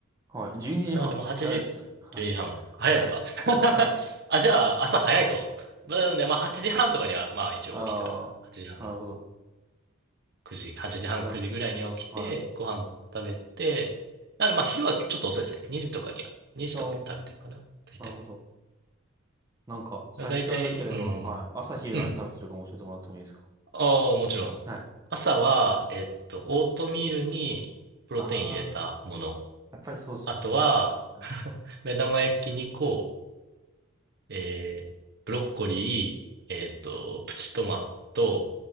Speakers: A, on the right (about 15°); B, on the right (about 55°).
A: はい。12時半。
B: なのでもう8時、
A: 早いですね。<laughs>
B: 12時半。早いですか
A: はい。はい。
B: <laughs>
A: はい。
B: あ、じゃあ朝早いかも。まあなのでまあ8時半とかにはまあ一応起きてはいます。
A: ああ、
B: 8時半、
A: なるほど。
B: 9時、8時半、
A: なるほど。
B: 9時ぐらいには起きて、
A: は
B: ご飯食べて、なのでまあ昼はちょっと遅いですね。2時とかには、2時とかに食べてるかな、
A: い。ああ、
B: 大体。
A: なるほど。なんか、差し支えなければ、
B: 大体、うん。
A: はい。朝昼何食べてるかも教えてもらってもいいですか
B: うん。ああ、もちろん。
A: はい。
B: 朝は、えっと、オートミールにプロテイン入れたもの。
A: ああ、やっぱりそうですよね。
B: あとは、
A: はい
B: <laughs> 目玉焼き2個、えーブロッコリー、えっと、プチトマト、